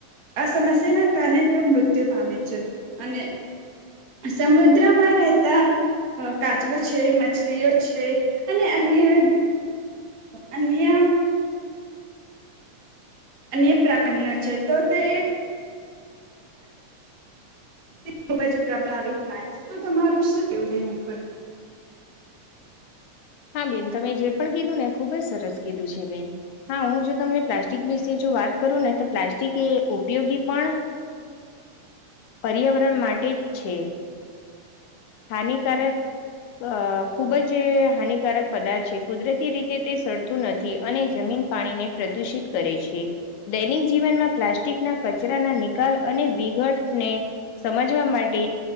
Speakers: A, on the right; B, on the left.
A: આ સમસ્યાના કારણે તેઓ મૃત્યુ પામે છે અને. સમુદ્રમાં રહેતા અ કાચબો છે મછલીઓ છે અને અન્ય અન્ય અને પ્રાણીઓ છે તો તે ખુબ જ પ્રભાવિત થાય છે તો તમારું શું યોજના ઉપર
B: હા બેન તમે જે પણ કીધું ને ખુબ જ સરસ કીધું છે બેન હા હું જો તમને પ્લાસ્ટિક વિશે જો વાત કરું ને તો પ્લાસ્ટિક એ ઉપયોગી પણ
A: <inaudible>
B: પર્યાવરણ માટે જ છે. હાનિકારક અ ખુબ જ હાની કારક પદાર્થ છે કુદરતી રીતે તે સડતું નથી અને જમીન પાણીને પ્રદૂષિત કરે છે. દૈનિક જીવનમાં પ્લાસ્ટિકના કચરાના નિકાલ અને વિઘટને. સમજવા માટે